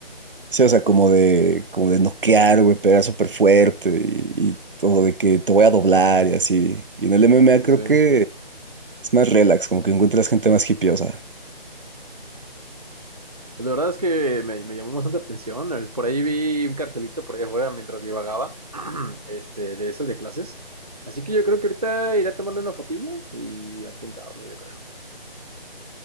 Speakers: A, on the right; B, on the right.
A: Sí, o sea, como de, como de noquear, güey, pegar súper fuerte y, y todo de que te voy a doblar y así. Y en el MMA creo
B: Sí, sí. Ok.
A: que es más relax, como que encuentras gente más hipiosa.
B: Pues la verdad es que me, me llamó bastante la atención. Por ahí vi un cartelito por allá afuera mientras divagaba, <clears throat> este, de eso, de clases. Así que yo creo que ahorita iré a tomarle una fotillo y apuntarme, yo creo.